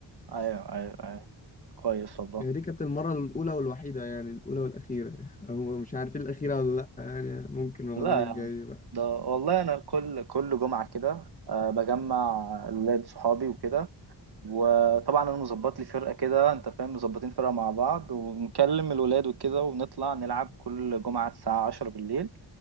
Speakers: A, on the right; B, on the left.
A: ايوه ايوه ايوه كويس والله
B: يعني دي كانت المرة الأولى والوحيدة يعني الأولى والأخيرة <laughs> أو مش عارفين الأخيرة ولا لأ يعني ممكن رمضان
A: لا
B: الجاي بقى
A: ده والله انا كل كل جمعه كده أه بجمع ولاد صحابي وكده وطبعا انا مظبط لي فرقه كده انت فاهم مظبطين فرقه مع بعض ونكلم الولاد وكده ونطلع نلعب كل جمعه الساعه 10 بالليل